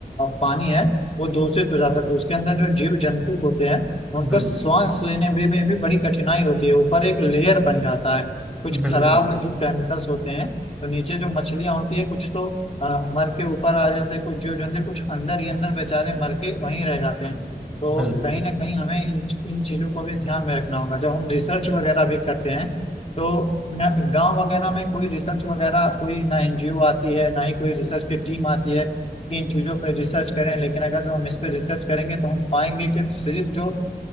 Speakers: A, on the left; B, in the centre.
A: पानी है वो दूषित हो जाता है तो उसके अंदर जो जीव जंतु होते हैं उनको
B: बिल्कुल,
A: श्वास लेने में भी, भी बड़ी कठिनाई होती है ऊपर एक लेयर बन जाता है कुछ
B: बिल्कुल,
A: खराब जो केमिकल्स होते हैं तो नीचे जो मछलियां होती है कुछ तो अ, मर के ऊपर आ जाते हैं कुछ जीव जंतु कुछ अंदर ही अंदर बेचारे मर के वहीं रह जाते हैं तो
B: बिल्कुल,
A: कहीं ना कहीं हमें इन, इन चीजों को भी ध्यान में रखना होगा जब हम रिसर्च वगैरह भी करते हैं तो न गांव वगैरह में कोई रिसर्च वगैरह कोई ना एनजीओ आती है ना ही कोई रिसर्च की टीम आती है कि इन चीजों पर रिसर्च करें लेकिन अगर जो हम इस पर रिसर्च करेंगे तो हम पाएंगे कि सिर्फ जो